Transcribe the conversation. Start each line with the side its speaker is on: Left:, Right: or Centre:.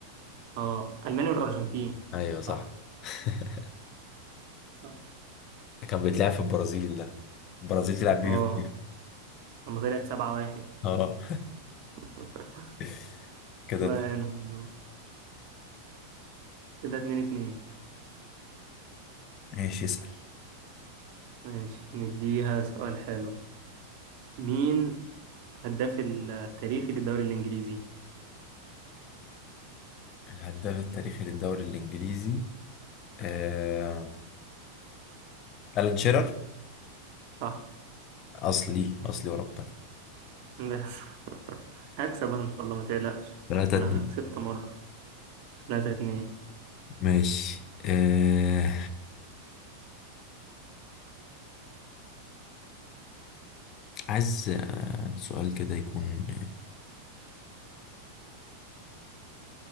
Right: اه المانيا والارجنتين
Left: ايوه صح
Right: صح
Left: <laughs>
Right: صح
Left: كان بيتلعب في البرازيل ده البرازيل تلعب بيه
Right: اه لما طلعت سبعة واحد
Left: اه
Right: <laughs>
Left: <laughs> كده
Right: الله يعينهم دول كده اتنين اتنين
Left: ماشي اسأل
Right: ماشي نديها سؤال حلو مين هداف التاريخي للدوري الإنجليزي
Left: الهداف التاريخي للدوري الإنجليزي آه... ألان شيرر
Right: صح
Left: أصلي أصلي وربنا
Right: بس <laughs> هكسب أنا إن شاء الله ما تقلقش
Left: ثلاثة
Right: أنا
Left: اتنين
Right: كسبت مرة تلاتة اتنين
Left: ماشي آه... عايز آه... سؤال كده يكون